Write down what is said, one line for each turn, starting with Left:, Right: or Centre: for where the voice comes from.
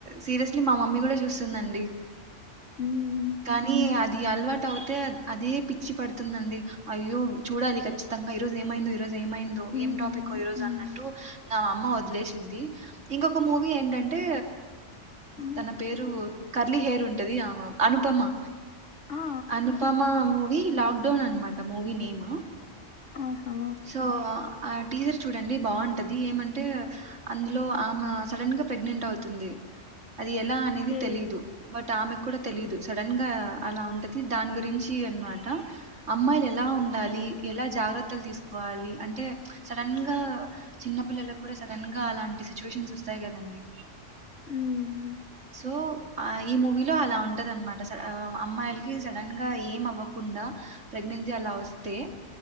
Right: సీరియస్లీ మా మమ్మీ కూడ చూస్తూందండి
Left: ఉహ్
Right: కానీ అది అలవాటు అవుతే అదే పిచ్చి పడుతుందండి అయ్యో చూడాలి ఖచ్చితంగా ఈరోజు ఏమైందో ఈ రొజు ఏమైందో
Left: హ్మ్.
Right: ఏం టాపిక్ ఈ రోజు
Left: హ్మ్.
Right: అన్నట్టు అమ్మ వదిలేసింది ఇంకొక మూవీ ఏంటంటే
Left: హ్మ్.
Right: తన పేరు కర్లీ హెయిర్ ఉంటుది ఆమె అనుపమా
Left: ఆ!
Right: అనుపమా మూవి లాక్డౌన్ అనమాట మూవి నేమ్
Left: ఆహా!
Right: సో ఆ టీచర్ చూడండి బాగుంటది ఏమంటే అందులో ఆమె సడన్ గా ప్రెగ్నెంట్ అవుతుంది అది ఎలా అనేది
Left: ఓకే.
Right: తెలీయదు బట్ ఆమె కూడా తెలిదు సడన్ గా అలా ఉంటది దాని గురించి అనమాట అమ్మాయిలు ఎలా ఉండాలి ఎలా జాగ్రత్త తీసుకోవాలి అంటే సడన్ గా చిన్న పిల్లలకు కూడా సడన్ గా అలాంటి సిచువేషన్స్ వస్తాయి కదండి
Left: హ్మ్.
Right: సో అఈ మూవీలో అలా ఉంటదినమాట అమ్మాయిలకి సడన్ గా ఏవ్వకుండా ప్రగ్నెన్సీ అలా వస్తే